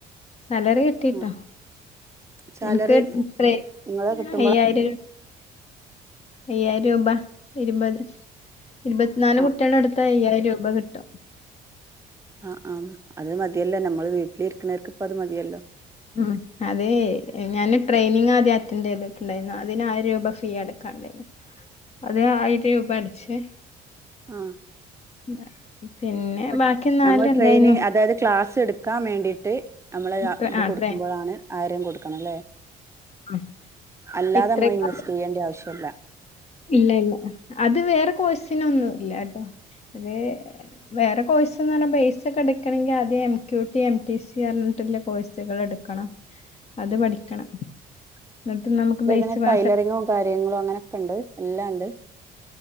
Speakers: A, on the left; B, on the right.
A: സാലറി കിട്ടിട്ടോ
B: ആ സാലറി
A: എനിക്ക് ത്ര
B: നിങ്ങളെ കിട്ടുമ്പോൾ
A: അയ്യായിരം അയ്യായിരം രൂപ ഇരുപത് ഇരുപത്തിനാല്
B: ആ
A: കുട്ടികളുടെടുത്ത അയ്യായിരം <unintelligible> കിട്ടും
B: ആഹ് ആഹ് അത് മതിയല്ല നമ്മള് വീ <unintelligible> അത് മതിയല്ലോ
A: ഉം അതേ ഞാന് ട്രെയിനിങ് ആദ്യം അറ്റൻഡ് ചെയ്തിട്ടുണ്ടായിരുന്നു അതിനായിരം രൂപ ഫീ അടക്കാണ്ടായിരുന്നു അത് ആയിരം രൂപ അടച്ച്
B: ആഹ്
A: <unintelligible>
B: അപ്പട്
A: ബാക്കി നാലുണ്ടായിരുന്നു
B: നമ്മൾ ട്രെയിനിങ് അതായത് ക്ലാസ് എടു ക്കാൻ വേണ്ടീട്ട് നമ്മള്
A: ഇത്ര
B: അ ഇത്
A: ആ അത്രേ
B: കൊടുക്കുമ്പോഴാണ് ആയിരം കൊടുക്കണല്ലേ
A: ഉം.
B: അല്ലാതെ
A: ഇത്രയൊക്കെ
B: അമ്മ ഇൻവെസ്റ്റ് ചെയ്യേണ്ടി ആവശ്യില്ല.
A: ഇല്ല ഇല്ല അത് വേറെ കോഴ്സിനൊന്നും ഇല്ലാട്ടോ. ഇത് വേറെ കോഴ്സന്ന് പറഞ്ഞ ബേസ് ഒക്കെ എടുക്കണങ്കിൽ ആദ്യം M. Q. T, M. T. C പറഞ്ഞിട്ടുള്ള കോഴ്സുകൾ എടുക്കണം അത് പഠിക്കണം
B: <unintelligible>
A: എന്നിട്ട് നമുക്ക് ബേസ്
B: ഇങ്ങനെ
A: ക്ലാസ്
B: ടൈലറിങ്ങും കാര്യങ്ങളും അങ്ങനെയൊക്കെ ഇണ്ട് എല്ലാണ്ട്